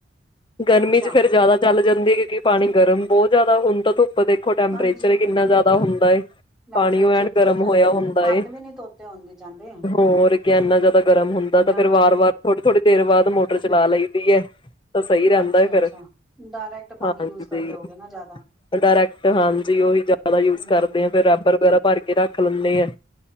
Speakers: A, on the left; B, in the centre.
A: ਗਰਮੀ
B: ਅੱਛਾ
A: ਚ ਫੇਰ ਜ਼ਿਆਦਾ ਚੱਲ ਜਾਂਦਾ ਕੈਨਦੀ ਕਿਉਂਕਿ ਪਾਣੀ ਗਰਮ ਬਹੁਤ ਜ਼ਿਆਦਾ ਹੁਣ ਤਾਂ ਤੂੰ ਆਪਾਂ ਦੇਖੋ ਟੈਂਪਰੇਚਰ
B: ਹਾਂਜੀ
A: ਕਿੰਨਾ ਜ਼ਿਆਦਾ ਹੁੰਦਾ ਹੈਏ
B: ਟੈਂਪਰੇਚਰ
A: ਪਾਣੀ ਉਹ ਐਨ
B: ਕਿੰਨਾ
A: ਗਰਮ
B: ਜਾਂਦਾ
A: ਹੋਇਆ ਹੁੰਦਾ
B: ਹੱਥ
A: ਹੈ
B: ਵੀ ਨੀ ਧੋਤੇ ਹੁੰਦੇ ਜਾਂਦੇ
A: ਹੋਰੱ ਕੀ ਇੰਨਾ ਜ਼ਿਆਦਾ ਗਰਮ ਹੁੰਦਾ
B: ਇੰਨਾ
A: ਫ਼ਰ
B: ਗਰਮ
A: ਵਾਰ ਵਾਰ ਥੋੜੀ ਥੋੜ੍ਹੀ ਦੇਰ
B: ਹਮ
A: ਬਾਅਦ ਮੋਟਰ ਚਲਾ ਲਈੈਂਦੀ ਹੈ ਤਾਂ ਸਹੀ ਰਹਿੰਦਾ
B: ਅੱਛਾ ਅੱਛਾ
A: ਫਿਰ
B: ਡਾਇਰੈਕਟ ਪਾਣੀ
A: ਹਾਂ
B: ਯੂਜ
A: ਜ
B: ਕਰਦੇ ਹੋਗੇ ਨਾ ਜ਼ਿਆਦਾ
A: ਡਾਇਰੈਕਟ ਹਾਂਜੀ ਉਹੀ ਜ਼ਿਆਦਾ ਯੂਜ
B: ਹਮ
A: ਕਰਦੇ ਆ ਫਿਰ ਰੈਪਰ ਵਗੈਰਾ ਭਰ ਕੇ ਰੱਖ ਲੈਂਦੇ ਆ